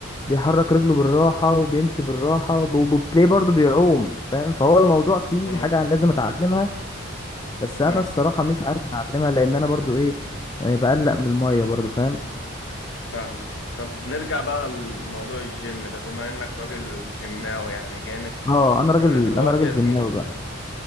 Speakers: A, on the left; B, on the left.
A: بيحرك رجله بالراحة وبيمشي بالراحة وب- وبتلاقيه برضه بيعوم فاهم فهو الموضوع فيه
B: امم
A: حاجة لازم اتعلمها بس
B: امم
A: انا الصراحة مش عارف اتعلمها لان انا برضه ايه يعني بقلق من المية برضه فاهم
B: فاهم طب نرجع بقى لموضوع الجيم ده بما إنك راجل جيماوي يعني جامد
A: اه انا راجل
B: أنا دلوقتي
A: انا راجل
B: يا
A: جيماوي
B: زميلي
A: بقى